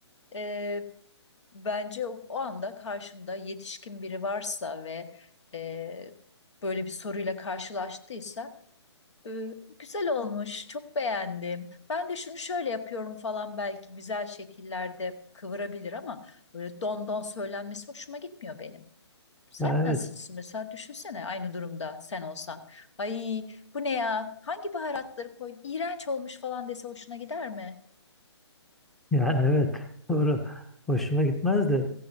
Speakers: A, on the left; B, in the centre.
A: e, bence o, o anda karşımda yetişkin biri varsa ve e, böyle bir soruyla karşılaştıysa ee, Güzel olmuş, çok beğendim. Ben de şunu şöyle yapıyorum falan belki güzel şekillerde kıvırabilir ama böyle don don söylenmesi hoşuma gitmiyor benim. Sen
B: Ya
A: nasılsın
B: evet.
A: mesela düşünsene aynı durumda sen olsan. Ay bu ne ya? Hangi baharatları koydun? İğrenç olmuş falan dese hoşuna gider mi?
B: Yani evet doğru. Hoşuma gitmez de